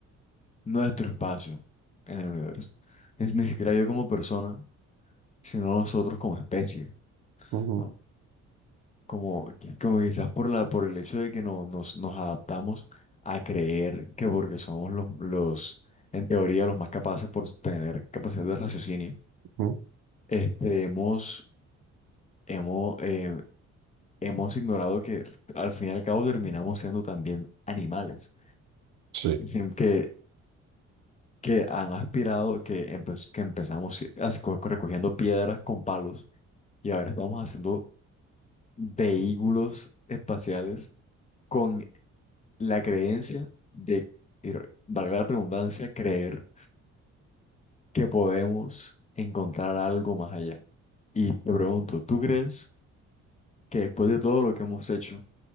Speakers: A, on the left; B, on the right.
A: nuestro espacio en el universo. Es, ni siquiera yo como persona sino nosotros como especie,
B: ujú,
A: ¿no? Como, qui- como quizás por la, por el hecho de que no, nos, nos adaptamos a creer que porque somos los, los, en teoría, los más capaces por tener capacidad de raciocinio,
B: ujú.
A: este, hemos, hemos, eh, hemos ignorado que al fin y al cabo terminamos siendo también animales,
B: Sí.
A: sin que, que han aspirado, que, empe- que empezamos si- as- co- recogiendo piedras con palos y ahora estamos haciendo vehículos espaciales con la creencia de, y re- valga la redundancia, creer que podemos encontrar algo más allá. Y te pregunto, ¿tú crees que después de todo lo que hemos hecho,